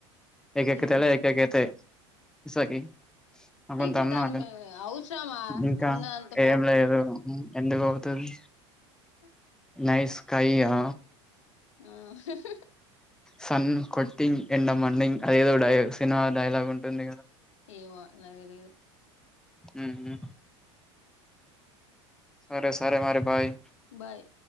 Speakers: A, in the centre; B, on the left.
A: ఏకకతేల
B: ఇప్పుడు
A: ఏక ఎకతే ఇసాకి కొంత
B: ఇప్పుడు
A: అన్నా
B: దాని అవసరమా
A: ఇంకా
B: ఉన్నదంతా
A: ఏం లేదు ఎందుకు అవుతది
B: ఆ
A: నైస్ స్కై యా
B: ఆ హా
A: సన్ కొట్టింగ్ ఎండమండింగ్ అదేదో డై సినిమా డైలాగ్ ఉంటుంది కదా
B: ఏమో నాకు తెలిదు
A: ఉహు సరే సరే మరి బాయ్
B: బాయ్